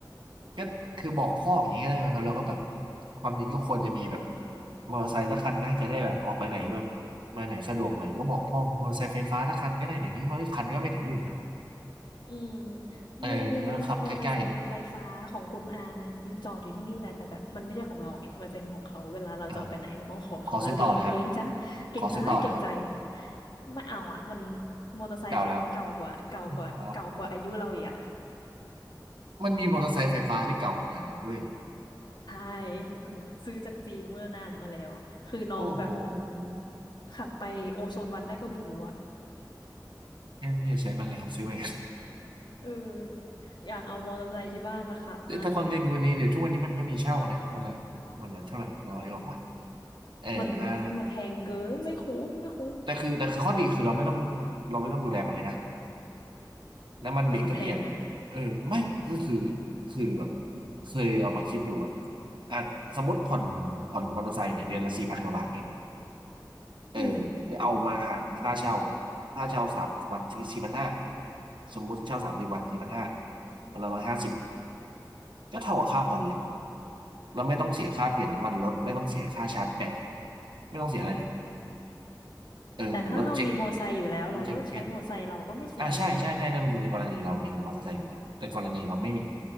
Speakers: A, on the right; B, on the left.
A: ก็คือบอกพ่ออย่างนี้ก็ได้ไหมครับแล้วก็แบบความจริงก็ควรจะมีแบบมอเตอร์ไซค์สักคันนะจะได้แบบออกไปไหนแบบมาไหนสะดวกหน่อยก็บอกพ่อมอเตอร์ไซค์ไฟฟ้าสักคันก็ได้เดี๋ยวนี้มันคันก็ไม่ถึงหมื่นนะ
B: อืมจริงจริงจริงๆมีมอเตอร์ไซค์ไฟฟ้าของคุณอาอยู่จอดอยู่ที่นี่แหละแต่แบบมันไม่ใช่ของเราไงมันเป็นของเขาเวลาเราจะเอาไปไหนเราต้องขอเขาแล้วเราเกรงจ้าเกรงใจเกรงใจ
A: เออแล้วขับใกล้ๆอ่าขอซื้อต่อเลยครับขอซื้อต่อเลยครับ
B: ไม่เอาอ่ะมันมอเตอร์ไซค์คันนี้เก่ากว่าเก่ากว่าเก่ากว่าอายุเราอีกอ่ะ
A: เก่าแล้วอ๋อมันมีมอเตอร์ไซค์ไฟฟ้าที่เก่าขนาดนั้นด้วยเหรอ
B: ใช่ <laughs> ซื้อจากจีนเมื่อนานมาแล้วคือน้องแบบ
A: โอ้โหง่้
B: ขับไปโอโซนวันได้ก็บุญแล้วอ่ะ
A: นอย่าใช้มันเลยครับซื้อไป
B: เอออยากเอามอเตอร์ไซค์ที่บ้านมาขับมากเลย
A: <laughs> ถ้า <laughs> ความเย็นกว่านี้เดี๋ยวทุกวันนี้มันก็มีเช่านะวันละวันละเท่าไหร่ร้อยกว่าบาทเออถ้า
B: มันมันแพงเกินไม่คุ้มไม่คุ้ม
A: แต่คือแต่คือข้อดีคือเราไม่ต้องเราไม่ต้องดูแลมันเลยนะน้ำมันเบรกก็เปลี่ยน
B: แต่มันแพงนะ
A: เออไม่ก็คือคือแบบเคยเอามาคิดอยู่แบบอ่ะสมมติผ่อนผ่อนมอเตอร์ไซค์เนี่ยเดือนละสี่พันกว่าบาทเนี่ยเออแต่เอามาหารเป็นค่าเช่า
B: อืม
A: ค่าเช่าสามวันสี่พันห้าสมมติเช่าสามสิบวันสี่พันห้าวันละร้อยห้าสิบก็เท่ากับค่าผ่อนแหละ เราไม่ต้องเสียค่าเปลี่ยนน้ำมันรถไม่ต้องเสียค่าชาร์จแบตไม่ต้องเสียอะไรเลยเออรถเจ๊ก
B: แต่ถ้าเรามีมอไซค์อยู่แล้วเราก็ใช้มอไซค์เราก็ไม่เสียอะไรเลยไง
A: รถเจ๊กเปลี่ยนอ่าใช่ใช่ใช่นั่นมันกรณีเรามีมอเตอร์ไซค์อยู่แล้วแต่กรณีเราไม่มี